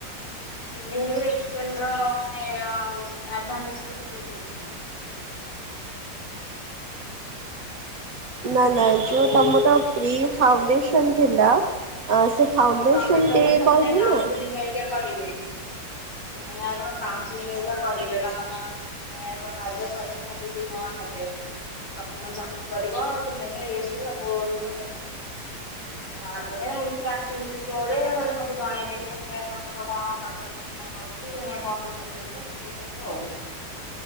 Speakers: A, on the left; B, on the right.
A: ସ୍କିଲିନଗ ଏକ୍ସଲ ରମାନେ ଏଡଭାନ୍ସ ଏକ୍ସେଲ ଶିଖଉଛନ୍ତି। ଆ୍ା <inaudible>
B: ନା ନା
A: ଆଉ
B: ଯୋଉ ତମର ପ୍ରି ଫାଉଣ୍ଡେସନ ଥିଲା ଆ ସେ
A: ପ୍ରି ଫାଉଣ୍ଡେସନ
B: ଡେ
A: ରେ ସେମାନେ
B: କହିଲୁ
A: କାଉନଶେଲିଙ୍ଗଏଇକା
B: ନା
A: କରିବେ। ସେମାନେ ଆଗ କାଉନ ସିଲିଙ୍ଗ ହେକା କରିବେ ତମର ମାନେ ସବୁ <inaudible> ସବୁ ନେବେ। ଡକୁମେଣ୍ଟ ସ କରିବ ତିନି ଚାର ସବୁ ନେବେ ତାପରେ ଏମିତି ଆ ଟିମସ ଥ୍ରୋରେ ମାନେ ସବୁ ଜଣେଇେ ତମର କଣ କାଟ ମାନେ କଣ ଅଛି <inaudible> କରିପାରିବ ସବୁ କହିବ ଆଉ